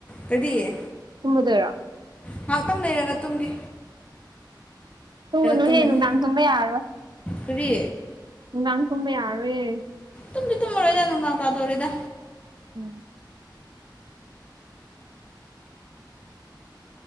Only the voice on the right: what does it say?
ꯀꯨꯝꯃꯗꯣꯏꯔꯣ
ꯇꯨꯝꯒꯅꯨ
ꯍꯦ ꯅꯨꯡꯗꯥꯡ ꯇꯨꯝꯕ ꯌꯥꯔꯔꯣꯏ
ꯅꯨꯡ ꯉꯥꯡ ꯇꯨꯝꯕ ꯌꯥꯔꯣꯌꯦ
ꯎꯝ